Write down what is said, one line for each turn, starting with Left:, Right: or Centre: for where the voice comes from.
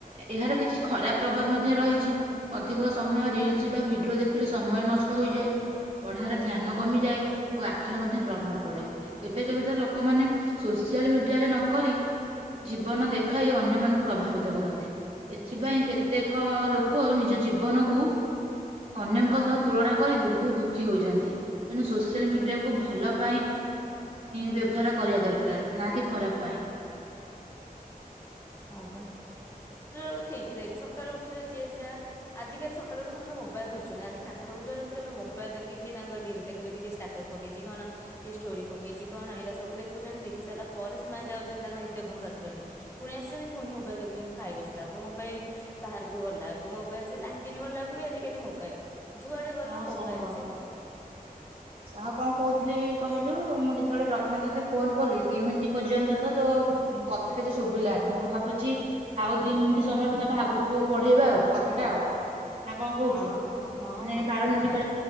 Right: ଏହାର କିଛି ଖରାପ ପ୍ରଭାବ ମଧ୍ୟ ରହିଚି ଅଧିକ ସମୟ ରିଲସ ବା ଭିଡିଓ ଦେଖିଲେ ସମୟ ନଷ୍ଟ ହୋଇଯାଏ ପଢାରେ ଧ୍ୟାନ କମିଯାଏ ଓ ଆଖିର ମଧ୍ୟ ପ୍ରଭାବ ପଡେ କେବେ କେବେ ତ ଲୋ କମାନେ ସୋସିଆଲ ମିଡିଆରେ ନକରି ଜୀବନ ଦେଖାଇ ଅନ୍ୟମାନଙ୍କୁ ପ୍ରଭାବିତ କରନ୍ତି ଏଥିପାଇଁ କେତେକ ଲୋକ ନିଜ ଜୀବନକୁ ଅନ୍ୟଙ୍କ ସହ ତୁଳନା କରି ବୋହୁତ ଦୁଃଖୀ ହୋଇଯାଆନ୍ତି ତେଣୁ ସୋସିଆଲ ମିଡିଆକୁ ଭଲ ପାଇଁ ବ୍ୟ ଭରା କରିବା ଦରକାର ନା କି ଖରାପ ପାଇଁ
Left: ହଁ ପା ତୁ ଯୋଉ ଠିକି ଦେଖେ ସକାଳୁ ଉଠିଲେ ଯିଏ ଯାଆ ଆଜିକାଲି ସକାଳୁ ଉଠି ସମସ୍ତେ ମୋବାଇଲ ଧରୁଚନ୍ତି ଆଗେ ଠାକୁରଙ୍କୁ ଜୁହାରଥୁଲେ ଏବେ ମୋବାଇଲ ଦେଖିକି ତାଙ୍କ ରିଲ ଦେଖୁଚନ୍ତି କିଏ ଷ୍ଟାଟସ ପକେଇଚି କଣ କିଏ ଷ୍ଟୋରି ପକେଇଚି କଣ ଏରା ସବୁ ଦେଖୁଚନ୍ତି ଦେଖିସାଇଲା ପରେ ସେମାନେ ଯାଉଚନ୍ତି ତାଙ୍କ ନିତ୍ୟ କାମ ସାରୁଚନ୍ତି। ପୁଣି ଆସଚନ୍ତି ପୁଣି ମୋବାଇଲ ଦେଖୁଚନ୍ତି ଖାଇ ବସିଲାକୁ ମୋବାଇଲ ବାହାରକୁ ଗଲାକୁ ମୋବାଇଲ ସେ ଲାଟିନ୍ ଗଲାକୁ ବି ଆଜିକାଲି ମୋବାଇଲ। ଯୁଆଡେ ଗଲ
Right: ହଁ
Left: ମୋବାଇଲ
Right: ସାଙ୍ଗ
Left: ସେ
Right: ସାଙ୍ଗ କଣ କହୁଥିଲି କହିଲୁ ମୁଁ ଯେତେବେଳେ ପ୍ରଥମେ ତୋତେ ଫୋନ କଲି ଦି ମିନିଟ୍ ପର୍ଯ୍ୟନ୍ତ ତ ତୋ କଥା କିଛି ଶୁଭିଲାନି ମୁଁ ଭାବୁଚି ଆଉ ଦି ମିନଟି ସମୟ ଟିକେ ଆମେ ଆଗକୁ ବଢେଇବା ଆଉ କଥାଟା ଆଉ। ନା କଣ କହୁଛୁ
Left: ହଁ ହଁ ହଁ ହଁ
Right: ମାନେ
Left: ହଁ
Right: ବାର
Left: ତୋର
Right: ମିନିଟ୍